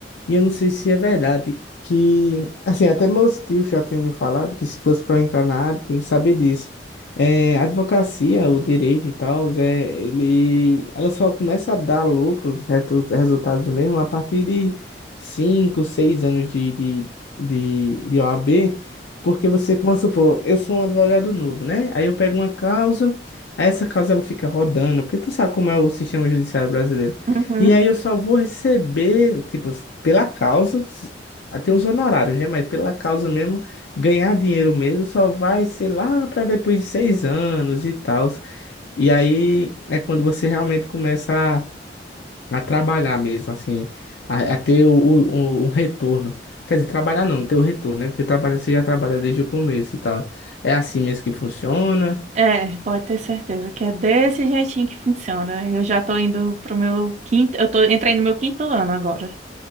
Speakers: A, on the left (about 70°); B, on the right (about 40°).
A: E eu não sei se é verdade que, assim, até meus tios já tinham me falado que se fosse para entrar na área, tem que saber disso. É, a advocacia, o direito e tal, é, ele, ela só começa a dar lucro, retu- resultados mesmo, a partir de 5 6 anos de, de, de, de OAB, porque você, vamos supor, eu sou um advogado novo, né? Aí eu pego uma causa, aí essa causa ela fica rodando, porque tu sabe como é o sistema judiciário brasileiro.
B: Uhum.
A: E aí eu só vou receber, tipo, pela causa, s- até os honorários, né? Mas pela causa mesmo, ganhar dinheiro mesmo só vai ser lá para depois de seis anos e tal. E aí é quando você realmente começa a, a trabalhar mesmo, assim, a, a ter o, o, o- o retorno. Quer dizer, trabalhar não, ter o retorno, né? Porque trabalhar você já trabalha desde o começo e tal. É assim mesmo que funciona?
B: É, pode ter certeza que é desse jeitinho que funciona. Eu já tô indo pro meu quinto, eu tô, entrei no meu quinto ano agora,